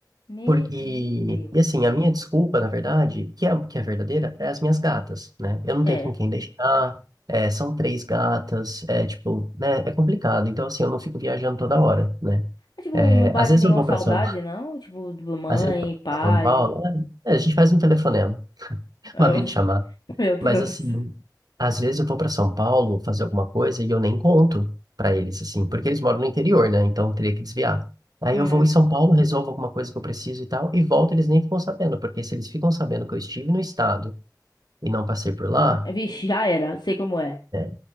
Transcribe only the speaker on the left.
Me-
Meu Deus.
É.
Mas, tipo,
não bate
nenhuma
saudade,
não? Tipo, de mãe,
pai.
Ah,
<laughs> Meu Deus.
do céu.
Hum.
Vixe, já era. Sei como é.